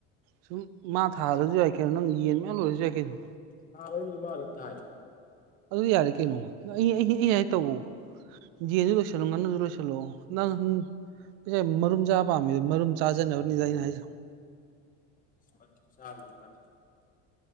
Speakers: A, on the right; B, on the left.
A: ꯁꯨꯝ ꯃꯥ ꯊꯥꯔꯁꯨ ꯌꯥꯏ ꯀꯩꯅꯣ ꯅꯪ ꯌꯦꯟ ꯃꯌꯥꯝ ꯂꯣꯏꯔꯁꯨ ꯌꯥꯏ ꯀꯩꯅꯣ
B: ꯊꯥꯕꯩꯕꯨꯗꯤ ꯃꯥ ꯑꯗꯨꯝ ꯊꯥꯏꯌꯦ
A: ꯑꯗꯨꯗꯤ ꯌꯥꯔꯦ ꯀꯩꯅꯣ ꯑꯩ ꯑꯩ ꯑꯩ ꯍꯥꯏ ꯇꯧꯋꯣ ꯌꯦꯟꯁꯨ ꯂꯣꯏꯁꯟꯂꯣ ꯉꯥꯅꯨꯁꯨ ꯂꯣꯏꯁꯟꯂꯣ ꯅꯪ ꯄꯩꯁꯥꯏ ꯃꯔꯨꯝ ꯆꯥꯕ ꯄꯥꯝꯃꯤ ꯃꯔꯨꯝ ꯆꯥꯖꯅꯕꯅꯤꯗ ꯑꯩꯅ ꯍꯥꯏꯁꯦ
B: ꯃꯔꯨꯝ ꯆꯥꯕꯗꯤ <unintelligible>